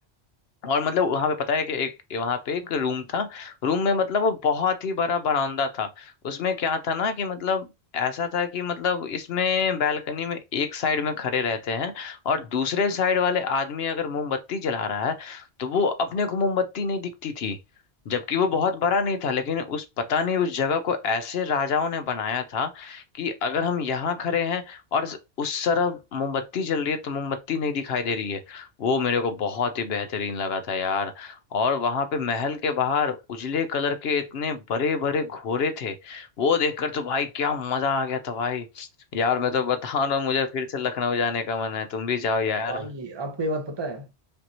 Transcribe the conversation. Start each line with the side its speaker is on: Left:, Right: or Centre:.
Left: और मतलब वहां पे पता है कि एक वहां पे एक रूम था रूम में मतलब वो बहुत ही बड़ा बरामदा था उसमें क्या था ना कि मतलब ऐसा था कि मतलब इसमें बैल्कनी में एक साइड में खड़े रहते हैं और दूसरे साइड वाले आदमी अगर मोमबत्ती जला रहा है तो वो अपने को मोमबत्ती नहीं दिखती थी जबकि वो बहुत बड़ा नहीं था लेकिन उस पता नहीं उस जगह को ऐसे राजाओं ने बनाया था कि अगर हम यहाँ खड़े हैं और उस तरफ मोमबत्ती जल रही है तो मोमबत्ती नहीं दिखाई दे रही है वो मेरे को बहुत ही बेहतरीन लगा था यार और वहां पे महल के बाहर उजले कलर के इतने बड़े बड़े घोड़े थे वो देखकर तो भाई क्या मजा आ गया था भाई यार मैं तो बता रहा हूँ मुझे फिर से लखनऊ जाने का मन है तुम भी जाओ यार
Right: भाई आपको ये बात पता है